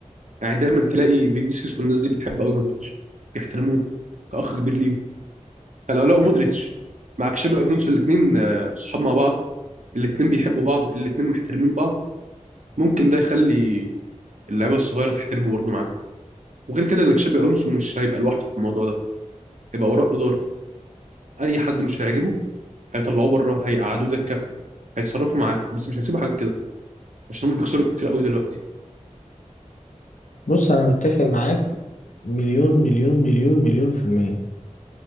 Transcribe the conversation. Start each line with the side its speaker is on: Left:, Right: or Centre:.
Right: يعني دايما تلاقي فينيسيوس والناس دي بتحب قوي مودريتش بيحترموه كاخ كبير ليهم فلو لقوا مودريتش مع كشابي الونسو الاثنين صحاب مع بعض الاثنين بيحبوا بعض الاثنين محترمين بعض ممكن ده يخلي اللعيبه الصغيره تحترمه برضه معاه وغير كده اللي تشابي الونسو مش هيبقى لوحده في الموضوع ده هيبقى وراه اداره اي حد مش هيعجبه هيطلعوه بره هيقعدوه دكه هيتصرفوا معاه بس مش هيسيبوا حاجه كده عشان هم بيخسروا كتير قوي دلوقتي
Left: بص أنا متفق معاك مليون مليون مليون مليون في المية